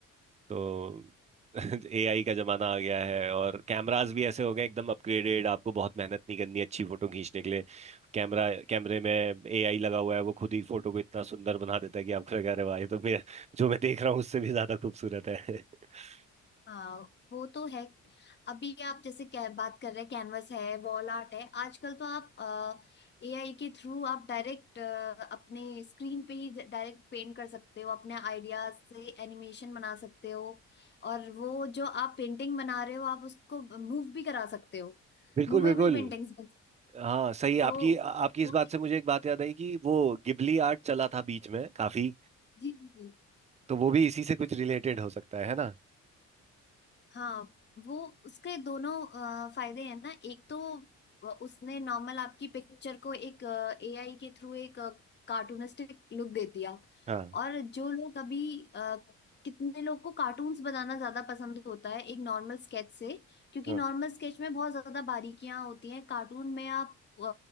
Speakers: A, on the right; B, on the left.
A: तो <laughs> एआई का जमाना आ गया है और कैमरास भी ऐसे हो गए एकदम अपग्रेडेड आपको बहुत मेहनत नहीं करनी अच्छी फोटो खींचने के लिए कैमरा कैमरे में एआई लगा हुआ है वो खुद ही फोटो को इतना सुंदर बना देता है कि आपको लगा रहे वाह ये तो मैं जो मैं देख रहा हूँ उससे भी ज्यादा खूबसूरत है <laughs>
B: हाँ वो तो है अभी आप जैसे क्या बात कर रहे हैं कैनवस है वॉल आर्ट है आजकल तो आप एआई के थ्रू आप डायरेक्ट अपने स्क्रीन पे ही डायरेक्ट पेंट कर सकते हो अपने आइडियाज से एनिमेशन बना सकते हो और वो जो आप पेंटिंग बना रहे हो आप उसको मूव भी करा सकते हो
A: बिल्कुल
B: मूवेबल
A: बिल्कुल
B: पेंटिंग्स बन सकते
A: हाँ सही आपकी
B: हो। तो
A: आपकी इस
B: वो
A: बात से मुझे एक बात याद आई कि वो गिबली आर्ट चला था बीच में काफी
B: जी जी
A: तो वो भी इसी से कुछ रिलेटेड हो सकता है है ना
B: हाँ वो उसके दोनों अ, फायदे हैं ना एक तो अ, उसने नॉर्मल आपकी पिक्चर को एक एआई के थ्रू एक कार्टूनिस्टिक लुक दे दिया
A: हाँ
B: और जो लोग अभी अ, कितने लोग को कार्टून्स बनाना ज्यादा पसंद होता है एक नॉर्मल स्केच से क्योंकि
A: हाँ
B: नॉर्मल स्केच में बहुत ज्यादा बारीकियां होती हैं कार्टून में आप अ,